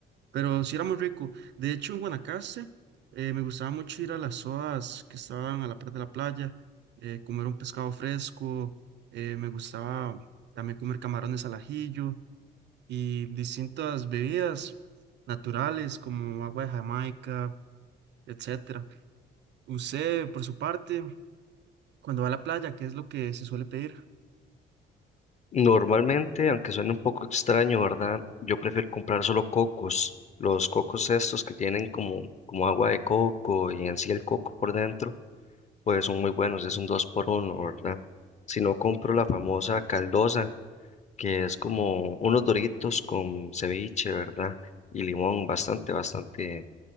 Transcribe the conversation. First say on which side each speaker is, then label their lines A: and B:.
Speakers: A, on the right; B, on the left.
A: pero sí era muy rico. De hecho, en Guanacaste eh, me gustaba mucho ir a las zonas que estaban a la parte de la playa, eh, comer un pescado fresco, eh, me gustaba también comer camarones al ajillo y distintas bebidas naturales como agua de Jamaica, etcétera. Usted, por su parte, cuando va a la playa, ¿qué es lo que se suele pedir?
B: Normalmente, aunque suene un poco extraño, ¿verdad? Yo prefiero comprar solo cocos, los cocos estos que tienen como, como agua de coco y en sí el coco por dentro, pues son muy buenos, es un dos por uno, ¿verdad? Si no compro la famosa caldosa, que es como unos doritos con ceviche, ¿verdad? Y limón, bastante, bastante